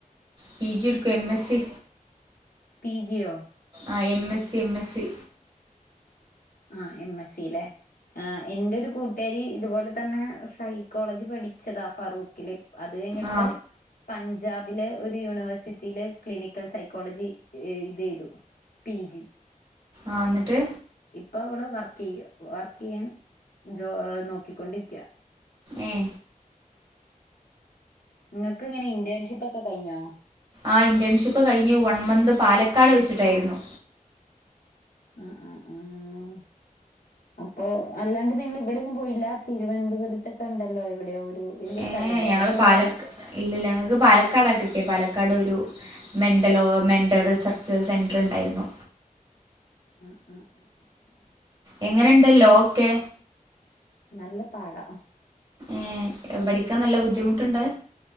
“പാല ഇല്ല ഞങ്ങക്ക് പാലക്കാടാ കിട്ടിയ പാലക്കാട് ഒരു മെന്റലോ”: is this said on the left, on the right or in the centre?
Right